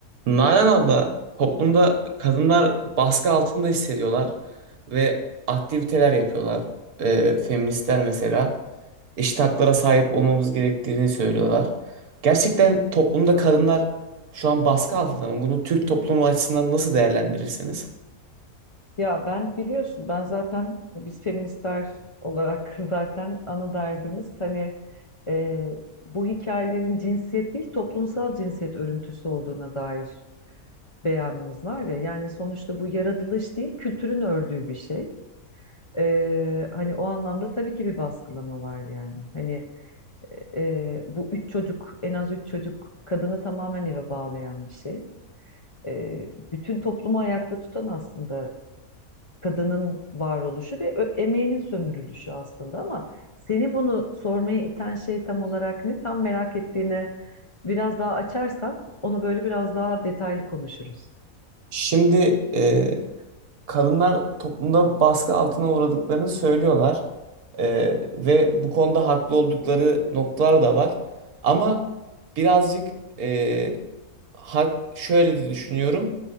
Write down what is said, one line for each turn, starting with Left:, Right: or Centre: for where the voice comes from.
Right: Nalan abla, toplumda kadınlar baskı altında hissediyorlar ve aktiviteler yapıyorlar. Ee, feministler mesela eşit haklara sahip olmamız gerektiğini söylüyorlar. Gerçekten toplumda kadınlar şu an baskı altında mı? Bunu Türk toplumu açısından nasıl değerlendirirsiniz?
Left: Ya ben biliyorsun ben zaten biz feministler olarak <laughs> zaten ana derdimiz hani e, bu hikayelerin cinsiyet değil toplumsal cinsiyet örüntüsü olduğuna dair beyanımız var ya yani sonuçta bu yaratılış değil kültürün ördüğü bir şey. E, hani o anlamda tabii ki bir baskılama var yani. Hani e, e, bu üç çocuk en az üç çocuk kadını tamamen eve bağlayan bir şey. E, bütün toplumu ayakta tutan aslında kadının varoluşu ve ö- emeğinin sömürülüşü aslında ama seni bunu sormaya iten şey tam olarak ne? Tam merak ettiğine biraz daha açarsan onu böyle biraz daha detaylı konuşuruz.
Right: Şimdi e, kadınlar toplumda baskı altına uğradıklarını söylüyorlar. Ee, ve bu konuda haklı oldukları noktalar da var. Ama birazcık e, hak, şöyle de düşünüyorum.